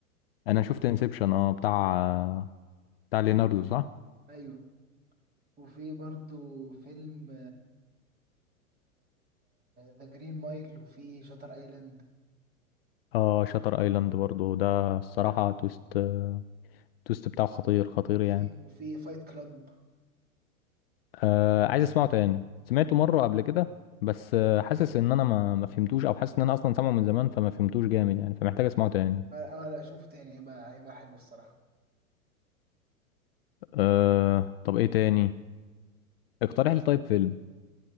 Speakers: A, on the left (about 45°); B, on the right (about 20°).
A: انا شفت انسبشن اه بتاع بتاع ليناردو صح
B: ايوه وفي برضو فيلم ذا جرين مايل وفي شاتر ايلاند
A: اه شاتر ايلاند برضو ده الصراحة تويست تويست بتاعه خطير خطير
B: وفي
A: يعني
B: وفي فايت كلاب
A: آه عايز اسمعه تاني سمعته مرة قبل كده بس آه حاسس ان انا ما ما فهمتوش او حاسس ان انا اصلا سامعه من زمان فما فهمتوش جامد يعني فمحتاج اسمعه تاني
B: اه آه، لا اشوفه تاني هيبقى هيبقى حلو الصراحة
A: آه طب ايه تاني اقترح لي طيب فيلم